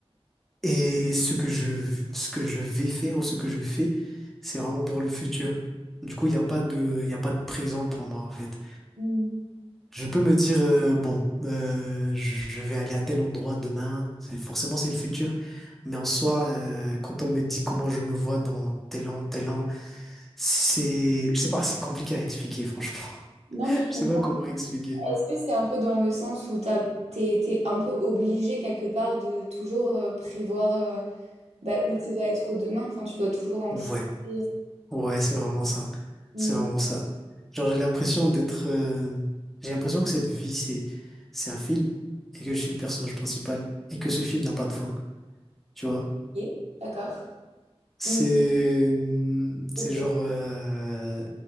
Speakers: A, in the centre; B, on the right (about 90°).
A: Et ce que je, ce que je vais faire ou ce que je fais, c'est vraiment pour le futur. Du coup, il n'y a pas de, il y a pas de présent pour moi, en fait.
B: Mhm.
A: Je peux me dire, euh, bon, euh, je, je vais aller à tel endroit demain. C'est, forcément, c'est le futur. Mais en soi, euh, quand on me dit comment je me vois dans tel an, tel an, c'est, je sais pas, c'est compliqué à expliquer, franchement. <laughs>
B: Non, mais je comprends.
A: Je sais pas comment expliquer.
B: Est-ce que c'est un peu dans le sens où t'as, t'es, t'es un peu obligé quelque part de toujours euh, prévoir euh, bah, où tu vas être demain? Enfin, tu dois toujours anticiper.
A: Ouais.
B: Et-
A: Ouais, c'est vraiment ça.
B: Mhm.
A: C'est vraiment ça. Genre, j'ai l'impression d'être. euh, J'ai l'impression que cette vie, c'est c'est un film et que je suis le personnage principal et que ce film n'a pas de fin. Tu vois?
B: Ok, d'accord.
A: C'est.
B: Mm,
A: hum,
B: ok.
A: C'est genre. euh,